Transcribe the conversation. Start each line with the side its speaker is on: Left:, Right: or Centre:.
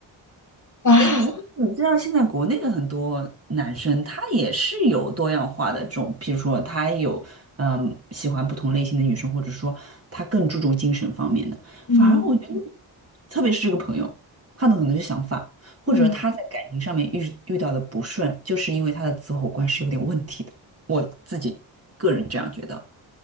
Left: <laughs> 啊，
Right: 那你你知道现在国内的很多男生，他也是有多样化的这种，比如说他有嗯喜欢不同类型的女生，或者说他更注重精神方面的。
Left: 嗯
Right: 反而我觉得，特别是这个朋友，他的很多想法，或者他在感情上面遇遇到的不顺，
Left: 嗯，
Right: 就是因为他的择偶观是有点问题的。我自己个人这样觉得，